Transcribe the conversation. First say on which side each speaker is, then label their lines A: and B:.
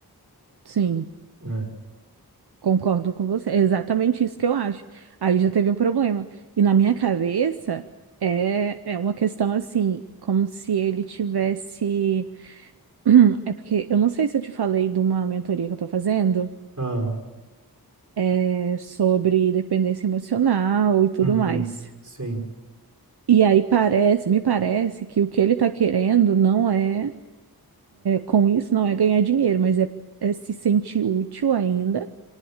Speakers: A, on the right (about 85°); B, on the right (about 50°).
A: sim,
B: né?
A: concordo com você. É exatamente isso que eu acho. Aí já teve um problema. E na minha cabeça é, é uma questão assim, como se ele tivesse. <clears throat> É porque eu não sei se eu te falei de uma mentoria que eu tô fazendo,
B: Ah,
A: é sobre dependência emocional e tudo
B: uhum,
A: mais.
B: sim.
A: E aí parece, me parece que o que ele tá querendo não é. com isso não é ganhar dinheiro, mas é, é se sentir útil ainda